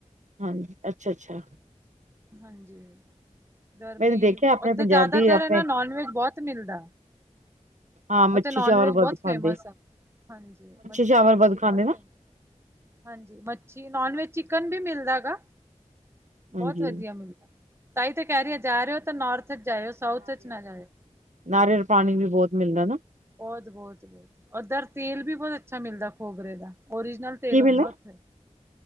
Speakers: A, on the right; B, on the right.
A: ਹਾਂਜੀ ਅੱਛਾ- ਅੱਛਾ।
B: ਹਾਂਜੀ ਗਰਮੀ
A: ਮੈਨੇ ਦੇਖਿਆ
B: ਉੱਥੇ
A: ਆਪਣੇ ਪੰਜਾਬੀ
B: ਜ਼ਿਆਦਾਤਰ
A: ਆਪਣੇ
B: ਨਾ ਨੋਨ ਵੈਜ ਬੋਤ ਮਿਲਦਾ।
A: ਹਾਂ ਮੱਛੀ
B: ਓਥੇ ਨੋਨ
A: ਚਾਵਲ
B: ਵੈਜ
A: ਵੱਧ
B: ਬੋਤ ਫੇਮਸ
A: ਖਾਂਦੇ
B: ਆ ਹਾਂਜੀ ਮੱਛੀ-
A: ਚਾਵਲ
B: ਵੱਛੀ
A: ਵੱਧ ਖਾਂਦੇ
B: ਬੋਤ ਫ-
A: ਨਾ
B: ਹਾਂਜੀ ਮੱਛੀ ਨੋਨ ਵੈਜ ਚਿਕਨ ਵੀ ਮਿਲਦਾ ਹੈ ਗਾ।
A: ਹਾਂਜੀ
B: ਬੋਤ ਵਧੀਆ ਮਿਲਦਾ ਤਾਈ ਤਾਂ ਕਹਿ ਰਹੀ ਜਾ ਰਹੇ ਹੋ ਤਾਂ ਨੌਰਥ ਚ ਜਾਇਓ ਸਾਊਥ ਚ ਨਾ ਜਾਇਓ।
A: ਨਾਰਿਅਲ ਪਾਣੀ ਵੀ ਬੋਤ ਮਿਲਦਾ ਨਾ।
B: ਬੋਤ- ਬੋਤ, ਬੋਤ ਓਧਰ ਤੇਲ ਵੀ ਬੋਤ ਅੱਛਾ ਮਿਲਦਾ ਖੋਬਰੇ ਦਾ ਓਰੀਜਨਲ। ਤੇਲ
A: ਕੀ
B: ਹੁੰਦਾ
A: ਮਿਲਦਾ
B: ਉੱਥੇ